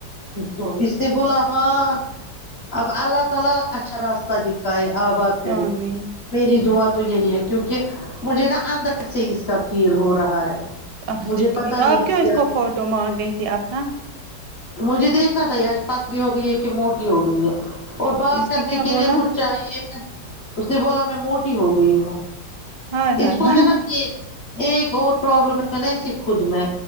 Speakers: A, on the left; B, on the right.
A: تو اس نے بولا ہاں اب اللہ تعالی اچھا راس تہ دکھائے آباد کرے
B: آمین
A: میری دعا تو یہی ہے کیونکہ مجھے نا اندر سے اس کا فیل ہو رہا ہے
B: اچھا
A: مجھے
B: ٹھیک
A: پتا نہیں
B: آپ کیوں
A: کیا
B: اس کو فوٹو مانگ رہی تھی اپنا
A: مجھے دیکھنا تھا یج پتلی ہو گئی ہے کہ موٹی ہو گئی ہے اور بات
B: اس
A: کرنے
B: نے کیا
A: کے
B: بولا
A: لئے کچھ چاہیے نا اس نے بولا میں موٹی ہو گئی ہوں
B: ہائے ہائے
A: اس کو
B: ہائے
A: ہے نا ایک ایک اور پرابلم ہے نا اسے خود میں